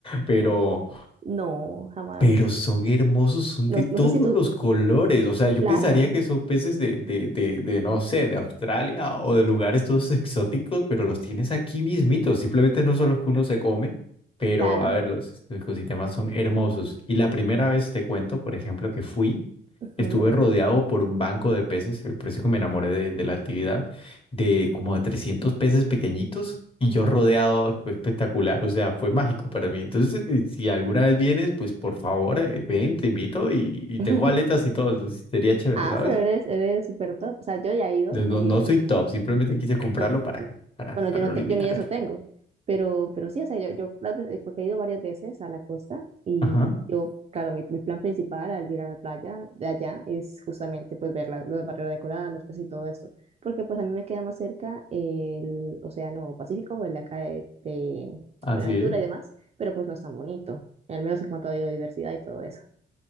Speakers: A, on the left; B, on the right.
A: pero
B: no, jamás.
A: Pero son hermosos, son
B: No,
A: de todos
B: no sé si tú...
A: los colores. O sea, yo
B: Claro,
A: pensaría que son peces de, de, de, de, no sé, de Australia o de lugares todos exóticos, pero los tienes aquí mismitos. Simplemente no son los que uno se come, pero
B: claro.
A: a ver, los, los ecosistemas son hermosos. Y la primera vez te cuento, por ejemplo, que fui,
B: Ujú.
A: estuve rodeado por un banco de peces, eh, por eso que me enamoré de, de la actividad de como de 300 peces pequeñitos y yo rodeado fue espectacular, o sea, fue mágico para mí. Entonces, eh, si alguna vez vienes, pues por favor, eh, ven, te invito y, y
B: <laughs>
A: tengo aletas y todo, entonces sería chévere,
B: Ah,
A: ¿sabes?
B: pero eres, eres súper top. O sea, yo ya he ido.
A: Entonces, No,
B: Eh,
A: no soy top, simplemente quise comprarlo
B: no, Claro.
A: para, que- para,
B: bueno,
A: para
B: yo no
A: lo
B: te-
A: invitar.
B: yo ni eso tengo, pero, pero sí, o sea, yo, yo las veces- porque he ido varias veces a la costa y
A: Ajá,
B: yo, claro, mi, mi plan principal al ir a la playa de allá es justamente pues ver la, las barreras de coral, los peces y todo esto, porque pues a mí me queda más cerca el Océano Pacífico, el de acá de, de
A: así
B: Buenaventura
A: es.
B: y demás, pero pues no es tan bonito, al menos en cuanto a biodiversidad y todo eso.